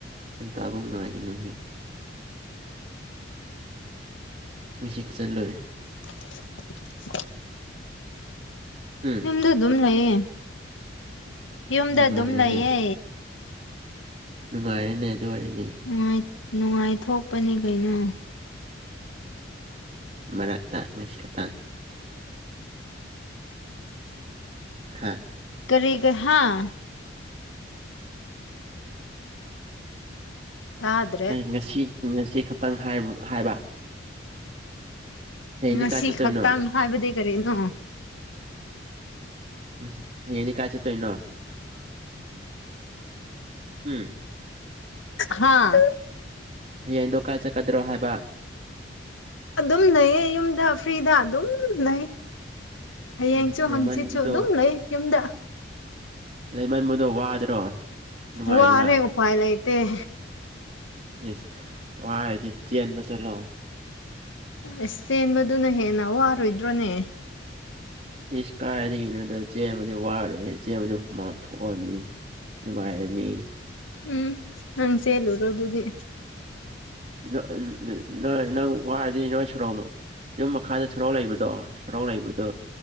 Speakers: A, on the right; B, on the left.
A: ꯅꯣꯡ ꯇꯥꯕ ꯉꯥꯏꯒꯅꯨꯍꯦ ꯃꯤꯁꯤꯛ ꯆꯠꯂꯣꯏꯔꯦ
B: <inaudible>
A: ꯎꯝ
B: ꯌꯨꯝꯗ ꯑꯗꯨꯝ ꯂꯩꯌꯦ ꯌꯨꯝꯗ
A: ꯅꯨꯡꯉꯥꯏꯔꯦꯅꯦ
B: ꯑꯗꯨꯝ ꯂꯩꯌꯦ
A: ꯅꯨꯡꯉꯥꯏꯔꯦꯅꯦ ꯑꯗꯨ ꯑꯣꯏꯔꯗꯤ
B: ꯅꯨꯡꯉꯥꯏ ꯅꯨꯡꯉꯥꯏꯊꯣꯛꯄꯅꯤ ꯀꯩꯅꯣ
A: ꯃꯔꯛꯇ ꯉꯁꯤ ꯈꯛꯇꯪ ꯍꯥꯥ
B: ꯀꯔꯤꯒ ꯍꯥꯥ ꯇꯥꯗ꯭ꯔꯦ
A: ꯉꯁꯤ ꯉꯁꯤ ꯈꯛꯇꯪ ꯍꯥꯏꯕ ꯍꯌꯦꯡꯗꯤ
B: ꯉꯁꯤ
A: ꯀꯥꯏ ꯆꯠꯇꯣꯏꯅꯣ
B: ꯈꯛꯇꯥꯡ ꯍꯥꯏꯕꯗꯤ ꯀꯔꯤꯅꯣ
A: ꯉꯁꯤ ꯍꯌꯦꯡꯗꯤ ꯀꯥꯏ ꯆꯠꯇꯣꯏꯅꯣ ꯎꯝ
B: ꯍꯥꯥ
A: ꯍꯌꯦꯡꯗꯣ ꯀꯥꯏ ꯆꯠꯀꯗ꯭ꯔꯣ ꯍꯥꯏꯕ
B: ꯑꯗꯨꯝ ꯂꯩꯌꯦ ꯌꯨꯝꯗ ꯐ꯭ꯔꯤꯗ ꯑꯗꯨꯝ ꯂꯩ ꯍꯌꯦꯡꯁꯨ
A: ꯏꯁ ꯂꯩꯃꯟꯗꯣ
B: ꯍꯪꯆꯤꯠꯁꯨ ꯑꯗꯨꯝ ꯂꯩ ꯌꯨꯝꯗ
A: ꯂꯩꯃꯟꯕꯗꯣ ꯋꯥꯗ꯭ꯔꯣ ꯅꯨꯡꯉꯥꯏꯕ꯭ꯔꯥ
B: ꯋꯥꯔꯦ ꯎꯄꯥꯏ ꯂꯩꯇ‌ꯦ
A: ꯏꯁ ꯋꯥꯔꯗꯤ ꯆꯦꯟꯕ ꯆꯠꯂꯣ
B: ꯑꯁ ꯆꯦꯟꯕꯗꯨꯅ ꯍꯦꯟꯅ ꯋꯥꯔꯣꯏꯗ꯭ꯔꯣꯅꯦ
A: ꯏꯁ ꯀꯥꯏꯗꯒꯤꯅꯣꯗ ꯆꯦꯟꯕꯗꯤ ꯋꯥꯔꯣꯏꯍ‌ꯦ ꯆꯦꯟꯕꯗꯤ ꯍꯨꯃꯥꯡ ꯊꯣꯛꯑꯝꯅꯤ ꯅꯨꯡꯉꯥꯏꯔꯅꯤ
B: ꯎꯝ ꯅꯪ ꯁꯦꯜꯂꯨꯔꯣ ꯑꯗꯨꯗꯤ
A: ꯅꯪ ꯅꯣꯏ ꯅꯪ ꯋꯥꯔꯗꯤ ꯅꯣꯏ ꯁꯣꯔ‌ꯣꯛ ꯌꯨꯝ ꯃꯈꯥꯗ ꯁ‌ꯣꯔ‌ꯣꯛ ꯂꯩꯕꯗꯣ ꯁ‌ꯣꯔ‌ꯣꯛ ꯂꯩꯕꯗꯨ